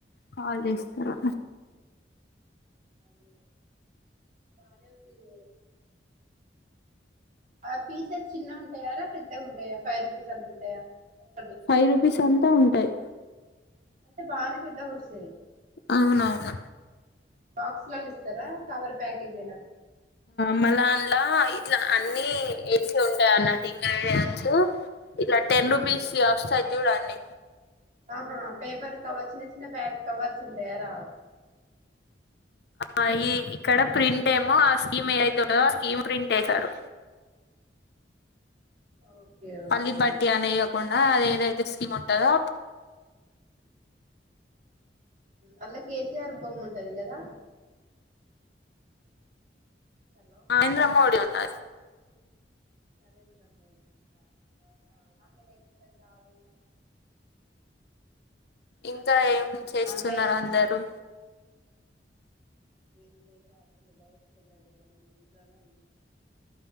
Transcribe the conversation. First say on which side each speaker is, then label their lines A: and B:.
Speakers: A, on the left; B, on the right.
A: కాల్ చేస్తారు
B: అవువు అనే ఉందిద ఆ పీసెస్ చిన్న ఉంటాయాార పెద్ద ఉంటాయా ఫైవ్ రూపీస్ అంత ఉంటాయా ఒకటి
A: ఫైవ్ రూపీస్ అంతా ఉంటాయి
B: అంటే బానే పెద్ద వస్తాయి
A: అవునవును
B: బాక్స్ స్ ఇస్తార సవర్ ప్యాకేజ్ ఏనా
A: మలా అంలా ఇట్లా అన్ని వేసి ఉంటాయి అన్న వాన్సు ఇట్లా టెన్ రుపీస్ వస్తాయి చూడాడి
B: ఆహా పేపర్ కవర్ చిన్న చిన్న ప్యాక్ కవర్స్ ఉంటాయార
A: ఆ ఈ ఇక్కడ ప్రింట్
B: ఇట్లా
A: ఏమో
B: ఎట్లా
A: ఆ స్కీమ్
B: అంటే
A: ఏ అతుంటందో ఆ స్కీమ్ ప్రింట్ వసారు
B: ఓకే ఓకే
A: పలిపాటి అన తకుండా అది ఏదైతే స్కీమ్ ఉంటందో
B: అలా కేసీఆర్ బొమ్మ ఉంటది కదా హలో
A: నరేంద్ర మోడి ఉం బస్
B: నరేంద్ర మోడీ ఉందా అవునా నకాయ్తే ఇలా అసల్ రాలేధు రా
A: ఇంకా ఏం చేస్తున్నారు
B: ఆన్లైన్ చేసి
A: అందరూ
B: ఏం లేదుర అసలు బయటకి వెళ్ళలేదు ఇంట్లోనే ఉండి